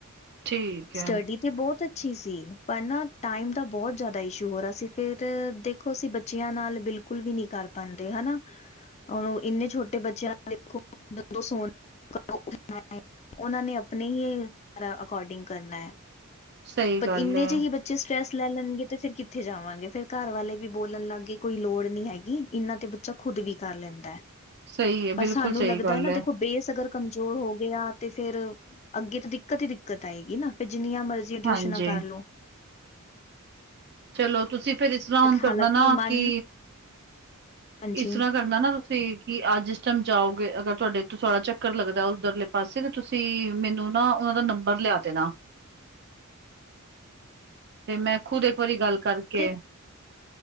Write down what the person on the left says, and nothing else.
ਸਟੱਡੀ
ਤੇ ਬਹੁਤ ਅੱਛੀ ਸੀ, ਪਰ ਨਾ ਟਾਈਮ ਦਾ ਬਹੁਤ ਜ਼ਿਆਦਾ ਇਸ਼ੂ ਹੋ ਰਿਹਾ ਸੀ, ਫਿਰ ਦੇਖ ਖੋ ਅਸੀਂ ਬੱਚਿਆਂ ਨਾਲ ਬਿਲਕੁਲ ਵੀ ਨਹੀ ਕਰ ਪਾਉਂਦੇ ਹਨਾ, ਉਹ ਇੰਨੇ ਛੋਟੇ ਬੱਚਿਆਂ <unintelligible> ਉਹਨਾਂ ਨੇ ਆਪਣੇ ਹੀ ਆ ਅਕੋਡਿੰਗ ਕਰਨਾ ਹੈ,
ਇੰਨੇ
ਚ ਹੀ ਬੱਚੇ ਜੇ ਸਟਰ੍ਰੈਸ ਲੈ ਲੈਣਗੇ ਤੇ ਫ਼ਿਰ ਕਿੱਥੇ ਜਾਵਾਗੇ, ਫਿਰ ਘਰ ਵਾਲੇ ਵੀ ਬੋਲਣ ਲੱਗ ਗੇ ਕੋਈ ਲੋੜ ਨੀ ਹੈਗੀ, ਇਹਨਾਂ ਤੇ ਬੱਚਾ ਖੁਦ ਵੀ ਕਰ ਲੈਂਦਾ।
ਪਰ
ਸਾਨੂੰ
ਲੱਗਦਾ
ਐ ਨਾ
ਦੇਖੋ ਬੇਸ ਅਗਰ ਕਮ ਜ਼ੋਰ ਹੋ ਗਿਆ ਤੇ ਫੇਰ ਅੱਗੇ ਤਾਂ ਦਿੱਕਤ ਈ ਦਿੱਕਤ ਆਏਗੀ ਨਾ ਫੇਰ ਜਿੰਨੀਆਂ ਮਰਜ਼ੀ ਜੀ ਟਿਊਸ਼ਨਾਂ
ਕਰ ਲਓ।
ਹਾਲਾਂਕਿ
ਮਨ
ਹਾਂਜੀ
ਤੇ